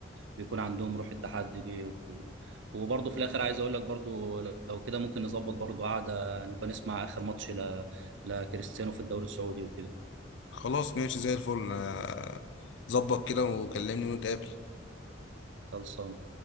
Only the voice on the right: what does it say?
بيكون عندهم روح التحدي دي و... وبرضه في الاخر عايز اقول لك برضه لو كده ممكن نظبط برضه قعده نبقى نسمع اخر ماتش ل... لكريستيانو في الدوري السعودي وكده
خلصان